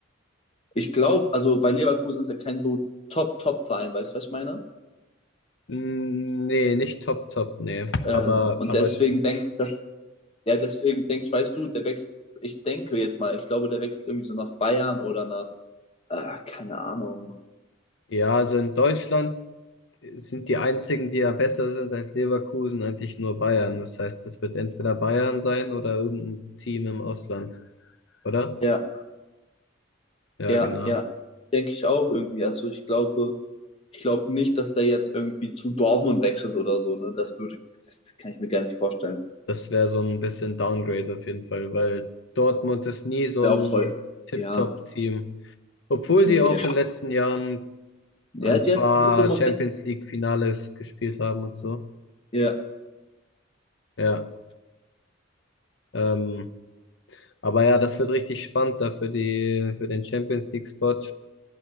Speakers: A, on the left; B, on the left.
A: ich glaube, also weil Leverkusen ist ja kein so Top-Top-Verein, weißt du, was ich meine?
B: Mm, Nee, nicht top, top, nee.
A: Ähm,
B: Aber,
A: und
B: aber
A: deswegen denke das, ja, deswegen denke ich, weißt du, der wechselt, ich denke jetzt mal, ich glaube, der wechselt irgendwie so nach Bayern oder nach, ah, keine Ahnung.
B: ja, also in Deutschland sind die einzigen, die ja besser sind als Leverkusen, eigentlich nur Bayern. Das heißt, es wird entweder Bayern sein oder irgendein Team im Ausland, oder?
A: Ja,
B: Ja,
A: ja,
B: genau.
A: ja, denke ich auch irgendwie. Also ich glaube, ich glaube nicht, dass der jetzt irgendwie zu Dortmund wechselt oder so, ne? Das würde, das kann ich mir gar nicht vorstellen.
B: Das wäre so ein bisschen Downgrade auf jeden Fall, weil Dortmund ist nie so
A: Wäre
B: ein
A: auch voll,
B: Tip-Top-Team.
A: ja,
B: Obwohl
A: nee.
B: die auch in den letzten Jahren
A: Ja,
B: ein
A: die
B: paar
A: hat gute Momente.
B: Champions League-Finales gespielt haben und so.
A: Ja,
B: Ja. Ähm, aber ja, das wird richtig spannend da für die, für den Champions League-Spot.